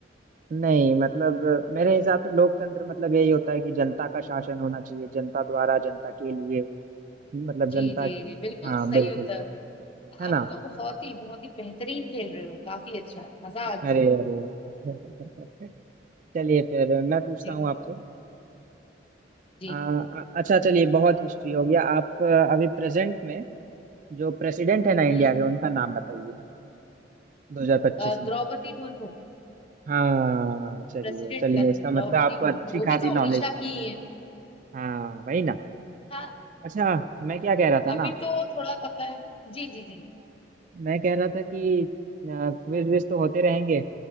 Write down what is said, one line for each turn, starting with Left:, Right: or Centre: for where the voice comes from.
Right: नहीं मतलब मेरे हिसाब से लोकतंत्र मतलब यही होता है कि जनता का शासन होना चाहिए जनता द्वारा जनता के लिए मतलब जनता
Left: जी जी जी बिल्कुल
Right: हाँ
Left: सही
Right: बिल्कुल
Left: उत्तर
Right: है ना
Left: आप तो बहुत ही बहुत ही बेहतरीन खेल रहे हो काफी अच्छा मजा
Right: अरे
Left: आ गया
Right: अरे अरे <laughs> चलिए फिर मैं पूछता
Left: जी
Right: हूँ आपसे
Left: जी
Right: आ, अच्छा चलिए बहुत हिस्ट्री हो गया आप अभी प्रेजेंट में जो प्रेसिडेंट है ना
Left: हम्म
Right: इंडिया के उनका नाम बताइए 2025
Left: अ,
Right: में
Left: द्रौपदी मुर्मू
Right: हाँ चलिए
Left: प्रेसिडेंट
Right: चलिए
Left: का नाम
Right: इसका
Left: द्रौपदी
Right: मतलब आपको अच्छी
Left: मुर्मू वो
Right: खासी
Left: भी तो
Right: नॉलेज
Left: उड़ीसा की ही है
Right: हाँ वही ना
Left: हाँ
Right: अच्छा मैं
Left: हाँ
Right: क्या
Left: हाँ
Right: कह रहा था
Left: अभी
Right: ना
Left: तो थोड़ा पता है जी जी जी
Right: मैं कह रहा था कि क्विज विज तो होते रहेंगे